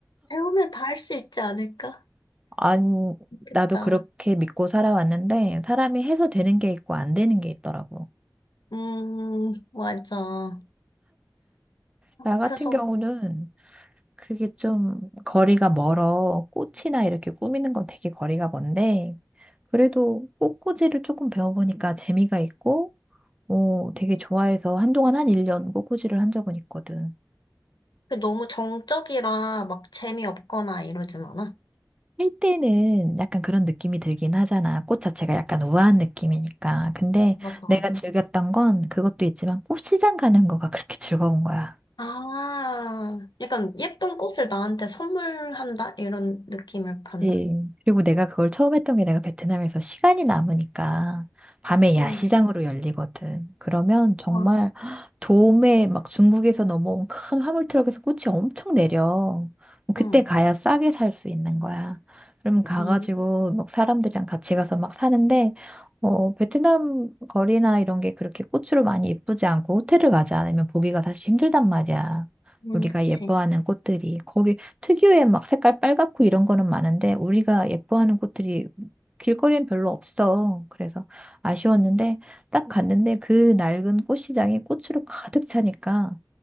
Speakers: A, on the left; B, on the right.
A: 배우면 다 할 수 있지 않을까?
B: 안,
A: 좋겠다.
B: 나도 그렇게 믿고 살아왔는데, 사람이 해서 되는 게 있고 안 되는 게 있더라고.
A: 음, 맞아. 어,
B: 나 같은
A: 그래서
B: 경우는 그게 좀 거리가 멀어. 꽃이나 이렇게 꾸미는 건 되게 거리가 먼데, 그래도 꽃꽂이를 조금 배워보니까 재미가 있고, 어, 되게 좋아해서 한동안 한 1년 꽃꽂이를 한 적은 있거든.
A: 그 너무 정적이라 막 재미없거나 이러진 않아.
B: 할 때는 약간 그런 느낌이 들긴 하잖아. 꽃 자체가 약간 우아한 느낌이니까. 근데
A: 맞아,
B: 내가
A: 맞아.
B: 즐겼던 건 그것도 있지만 꽃시장 가는 거가 그렇게 <laughs> 즐거운 거야.
A: 아, 약간 예쁜 꽃을 나한테 선물한다? 이런 느낌을 갖나?
B: 그치. 그리고 내가 그걸 처음 했던 게 내가 베트남에서 시간이 남으니까 밤에 야시장으로
A: 응,
B: 열리거든. 그러면 정말
A: 와,
B: 도매 막 중국에서 넘어온 큰 화물 트럭에서 꽃이 엄청 내려. 그때
A: 응,
B: 가야 싸게 살 수 있는 거야. 그러면 가가지고
A: 응,
B: 막 사람들이랑 같이 가서 막 사는데 어, 베트남 거리나 이런 게 그렇게 꽃으로 많이 예쁘지 않고 호텔을 가지 않으면 보기가 사실 힘들단 말이야.
A: 응,
B: 우리가
A: 그치.
B: 예뻐하는 꽃들이 거기 특유의 막 색깔 빨갛고 이런 거는 많은데 우리가 예뻐하는 꽃들이 길거리엔 별로 없어. 그래서 아쉬웠는데 딱 갔는데 그 낡은 꽃시장이 꽃으로 가득 차니까